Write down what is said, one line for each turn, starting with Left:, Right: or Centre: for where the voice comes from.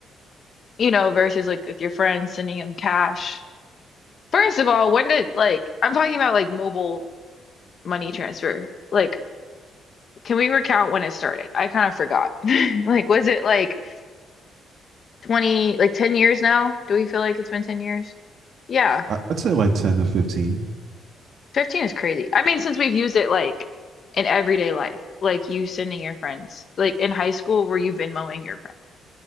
Left: you know, versus like with your friends sending them cash. First of all, when did like I'm talking about like mobile money transfer. Like, can we recount when it started? I kind of forgot. <laughs> Like, was it like 20, like 10 years now? Do we feel like it's been 10 years? Yeah,
Right: I, would say like 10 to 15.
Left: 15 is crazy. I mean, since we've used it like in everyday life, like you sending your friends, like in high school, were you Venmoing your friend?